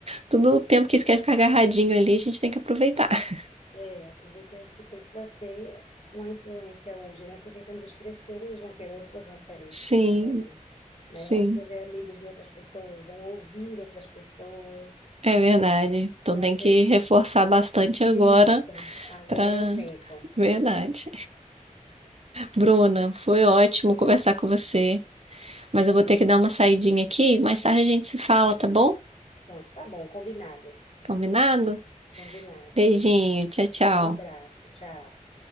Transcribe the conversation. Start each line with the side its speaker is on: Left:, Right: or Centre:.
Right: todo o tempo que eles querem ficar agarradinho ali, a gente tem que aproveitar. <laughs>
Left: é. Aproveita esse tempo para ser uma influência hoje, né? Porque quando eles crescerem, eles vão ter outras referências
Right: Sim,
Left: também, né?
Right: sim,
Left: Vão se fazer amigos de outras pessoas, vão ouvir outras pessoas.
Right: é verdade. Então
Left: Então,
Right: tem
Left: a gente.
Right: que reforçar bastante
Left: Isso,
Right: agora
Left: agora
Right: pra.
Left: é o tempo.
Right: Verdade. Bruna,
Left: E
Right: foi ótimo conversar com você. Mas
Left: foi
Right: eu vou
Left: ótimo.
Right: ter que dar uma saidinha aqui. Mais tarde a gente se fala, tá bom?
Left: Pronto, tá bom, combinado.
Right: Combinado?
Left: Combinado,
Right: Beijinho,
Left: querida.
Right: tchau, tchau.
Left: Um abraço, tchau.